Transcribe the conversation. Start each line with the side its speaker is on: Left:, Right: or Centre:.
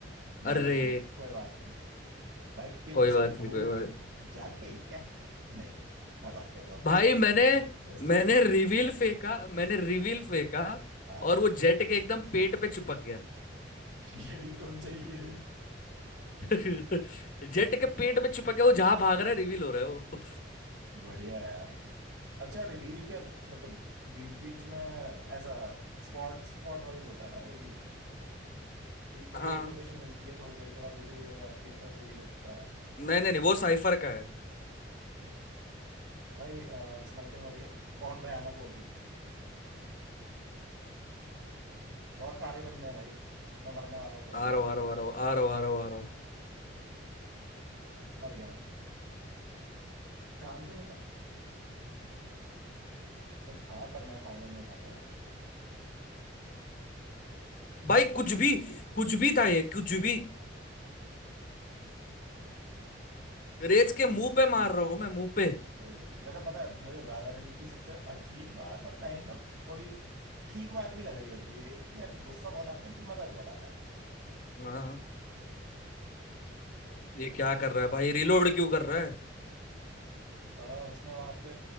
Right: मारना
Left: अरे
Right: जरूरी कोई बात नहीं भाई किल्स
Left: कोई बात
Right: की भूख
Left: नहीं कोई बात नहीं
Right: जाग गई क्या नहीं मजाक कर रहा हूँ
Left: भाई मैंने
Right: Just election.
Left: मैंने रिवील फेंका मैंने रिवील फेंका
Right: हाँ
Left: और वो जेट के एकदम पेट पे चिपक गया
Right: यही तो चाहिए
Left: <laughs> जेट के पेट में चिपक गया वो जहां भाग रहा है रिवील हो रहा है वो
Right: बढ़िया है यार अच्छा रिवील क्या मतलब बीच बीच में ऐसा स्पॉट स्पॉट वाइज होता है ना रिवील तो कि
Left: हाँ
Right: एक लोकेशन मिलती है थोड़ी देर के बाद दूसरी वेव आती है फिर रिवील होता है
Left: नहीं नहीं नहीं वो साइफर का है
Right: क्या? भाई स्नाइपिंग हो रही है बहुत भयानक वो भी बहुत सारे बंदे हैं भाई मैं मरने वाला हूँ ब्रिटिश
Left: आ रहा हूँ,
Right: और
Left: आ रहा हूँ, आ रहा हूँ, आ रहा हूँ, आ रहा हूँ, आ रहा हूँ।
Right: मर गया मैं चांस ही नहीं था बस था पर मैं फायदा नहीं उठा पाया
Left: भाई कुछ भी कुछ भी था ये कुछ भी रेस के मुंह पे मार रहा हूँ मैं मुंह पे
Right: कोई नहीं वैसे पता है मुझे वैलोरेंट की सबसे अजीब बात और काइंड ऑफ थोड़ी ठीक बात भी लग रही होती है कि यार गुस्सा बहुत आता है लेकिन मजा भी बहुत आता है
Left: हाँ ये क्या कर रहा है भाई रिलोड क्यों कर रहा है
Right: अ, उसने वहां पे